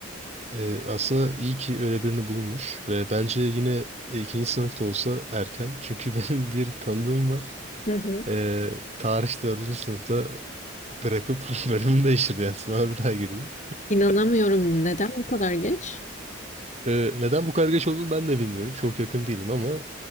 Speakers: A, on the right (about 30°); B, on the left (about 35°).
A: Ee, aslında iyi ki öyle birini bulmuş ve bence yine e, ikinci sınıfta olsa erken. Çünkü <laughs> benim bir tanıdığım var.
B: Hı hı.
A: Ee, tarih dördüncü sınıfta bırakıp <laughs> bölümünü değiştirdi. Yani sınava bir daha girdi.
B: İnanamıyorum. Neden bu kadar geç?
A: Ee, neden bu kadar geç olduğunu ben de bilmiyorum. Çok yakın değilim ama